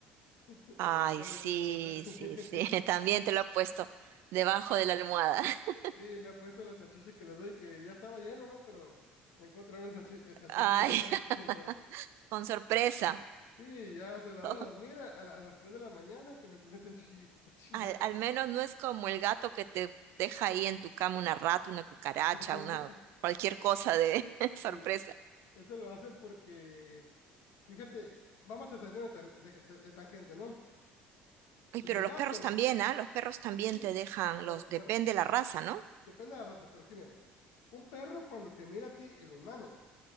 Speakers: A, on the left (about 70°); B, on the right (about 65°).
A: <laughs>
B: Ay,
A: Pregúntame
B: sí,
A: cómo lo sé. <laughs>
B: sí, sí. <laughs> También te lo he puesto debajo de la almohada. <laughs>
A: Sí, me ha puesto las salchichas que le doy, que ya estaba lleno, ¿no? Pero me encontraron salchi- eh, salchichas
B: Ay,
A: debajo de mi
B: <laughs>
A: en el mero- <laughs>
B: con sorpresa.
A: Sí, ya, o sea, a la hora
B: <laughs>
A: de dormir, a, a la- a las tres de la mañana, que me encontré salchichas, chingada
B: Al,
A: salchicha.
B: al menos no es como el gato que te deja ahí en tu cama una rata, una cucaracha,
A: <laughs>
B: una cualquier cosa de <laughs> sorpresa.
A: Sí, eso lo hacen porque, fíjate, vamos a salir de, tan- de- de- de tangente, ¿no?
B: Ay,
A: Los
B: pero
A: gatos,
B: los perros también, ¿ah? Los perros también
A: sí,
B: te dejan,
A: pero
B: los depende
A: bueno,
B: la raza, ¿no?
A: depende de la raza, pero sí, mira, un perro cuando te mira a ti, el humano,